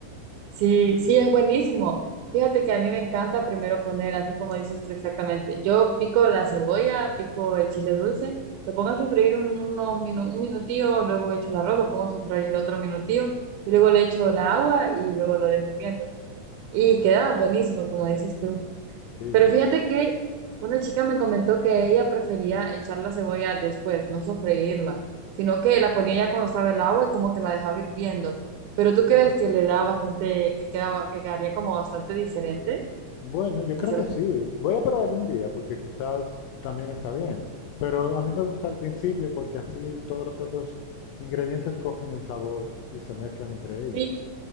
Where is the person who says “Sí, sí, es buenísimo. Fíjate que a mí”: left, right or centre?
Right